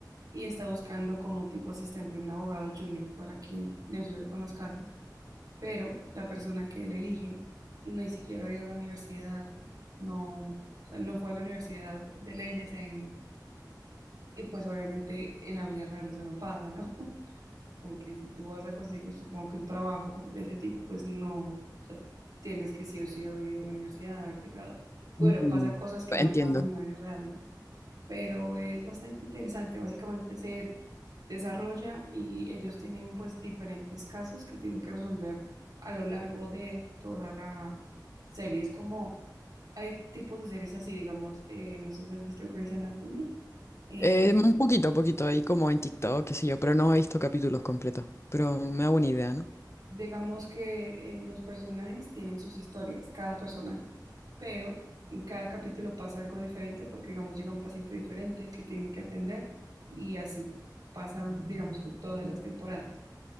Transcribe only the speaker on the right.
y está buscando como un tipo asistente, un abogado junior para que le ayude con los casos, pero la persona que él elige ni siquiera ha ido a la universidad, no, o sea, no fue a la universidad de leyes en, y pues obviamente en la vida real eso no pasa, ¿no? Como que si tú vas a conseguir, supongo que un trabajo de ese tipo, pues no, o sea, tienes que sí o sí haber ido a la universidad, haberte graduado. Bueno,
pasan cosas que
no pasan en la vida real, ¿no? Pero es bastante interesante, básicamente se desarrolla y ellos tienen pues diferentes casos que tienen que resolver a lo largo de toda la serie. Es como, hay tipos de series así, digamos, eh, no sé si has visto Grey's Anatomy. eh,
Digamos que eh, los personajes tienen sus historias, cada personaje, pero en cada capítulo pasa algo diferente porque, digamos, llega un paciente diferente que tienen que atender y así pasa, digamos que todas las temporadas,